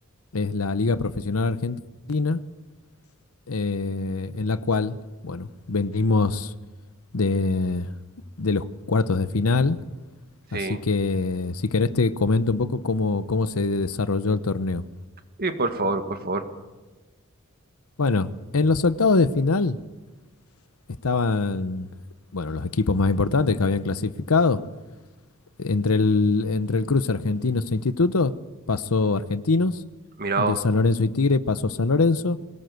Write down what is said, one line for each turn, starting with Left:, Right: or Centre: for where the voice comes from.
Left: es la Liga Profesional Argentina, eh, en la cual, bueno, venimos de, de los cuartos de final, así
Right: Sí.
Left: que si querés te comento un poco cómo, cómo se desarrolló el torneo.
Right: Sí, por favor, por favor.
Left: Bueno, en los octavos de final estaban, bueno, los equipos más importantes que habían clasificado. Entre el, entre el cruce Argentinos e Instituto pasó Argentinos,
Right: Mirá
Left: entre
Right: vos.
Left: San Lorenzo y Tigre pasó San Lorenzo,